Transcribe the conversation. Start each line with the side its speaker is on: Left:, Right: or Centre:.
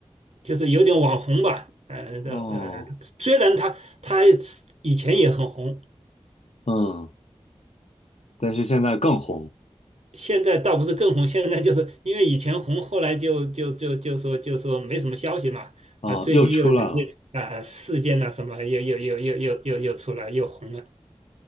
Right: 就是有点网红吧，呃的呃，
Left: 哦
Right: 虽然他他以前也很红，
Left: 嗯，但是现在更红
Right: 现在倒不是更红，现在就是因为以前红，后来就就就就说就说没什么消息嘛，
Left: 啊，
Right: 啊，最近又有一些啊事件呐、
Left: 又出来了
Right: 什么又又又又又又又出来又红了。